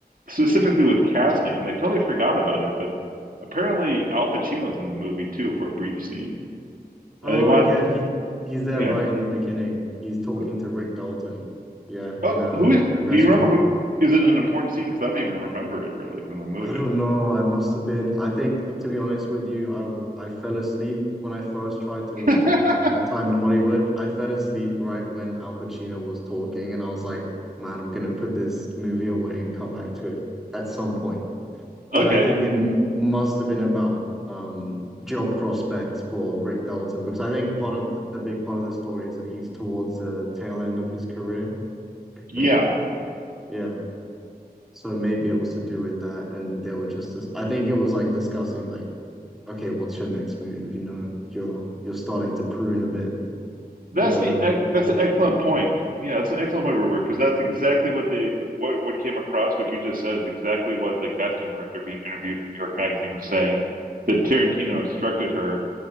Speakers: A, on the right (about 60°); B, in the centre.
A: specifically with casting, and I totally forgot about it, but apparently Al Pacino's in the movie too for a brief scene,
B: Oh,
A: and they want
B: yeah. He he's there
A: yeah.
B: right in the beginning. He's talking
A: Who,
B: to Rick Dalton. Yeah,
A: oh,
B: in a
A: who is?
B: in a restaurant
A: Do you remember who? Is it an important scene? Because I don't even remember it really from the movie.
B: I don't know. I must have been. I think, to be honest with you, I w- I fell asleep when I first tried to
A: <laughs>
B: watch Once Upon a Time in Hollywood. I fell asleep right when Al Pacino was talking, and I was like, man, I'm gonna put this movie away and come back to it at some point. But
A: okay,
B: I think it m- must have been about um job prospects for Rick Dalton because I think part of th- a big part of the story is that he's towards the tail end of his career, I
A: yeah,
B: think. Yeah. So maybe it was to do with that, and they were just, I think it was like discussing like, okay, what's your next move? You know, you're you're starting to prune a bit.
A: that's
B: We gotta
A: the ec-
B: we gotta
A: that's
B: think
A: an excellent
B: strategically.
A: point. Yeah, that's an excellent point, Robert, because that's exactly what they what what came across. What you just said is exactly what the casting director being interviewed in New York Magazine was saying that Tarantino instructed her